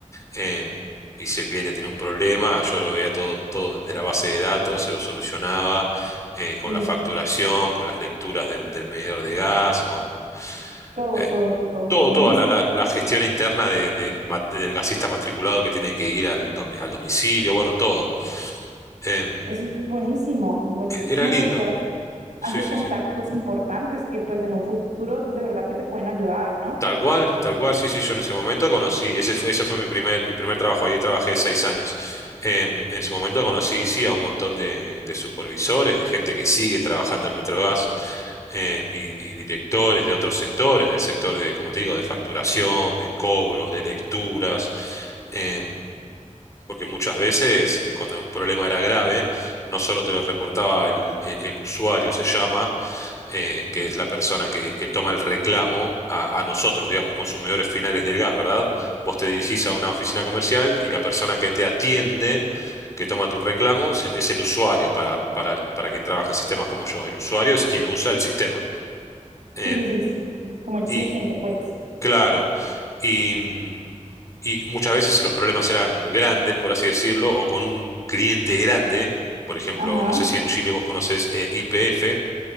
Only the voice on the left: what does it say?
eh, y si el cliente tenía un problema, yo lo veía todo, todo desde la base de datos, se lo solucionaba eh, con
la facturación, con las lecturas del, del medidor de gas, con
eh,
todo,
toda la, la- la gestión interna de- del ma- del gasista matriculado que tiene que ir al, domi- al domicilio, bueno, todo. Em,
e, era lindo.
Sí,
sí,
sí.
Tal cual, tal cual, sí, sí, yo en ese momento conocí, ese fue, ese fue mi primer, mi primer trabajo, ahí trabajé seis años. Em, en su momento conocí, sí, a un montón de, de supervisores, de gente que sigue trabajando en Metrogas, em, y, y directores de otros sectores, del sector de, como te digo, de facturación, de cobros, de lecturas, em, porque muchas veces eh, cuando un problema era grave, no solo te lo reportaba el, el el usuario, se llama, eh, que es la persona que, que toma el reclamo a, a nosotros, digamos, consumidores finales del gas, ¿verdad? Vos te dirigís a una oficina comercial y la persona que te atiende, que toma tu reclamo, es, es el usuario para, para, para quien trabaja en sistemas como yo. El usuario es quien usa el sistema. Eh,
y
claro, y, mm, y muchas veces los problemas eran grandes, por así decirlo, o con un cliente grande. Por ejemplo,
no sé si en Chile vos conocés YPF,